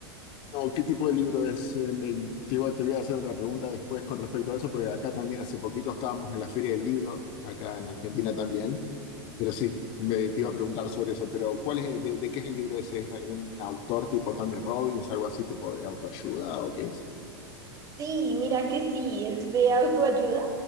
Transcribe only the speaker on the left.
No, ¿qué tipo de libro es? Eh, me- te, voy a te voy a hacer otra pregunta después con respecto a eso, porque acá también hace poquito estábamos en la Feria del Libro, acá en Argentina también. Pero sí, me, te iba a preguntar sobre eso. Pero ¿cuál es, de, de qué es el libro ese? ¿Es de algún autor tipo Tony Robbins, algo así, tipo de autoayuda o qué es?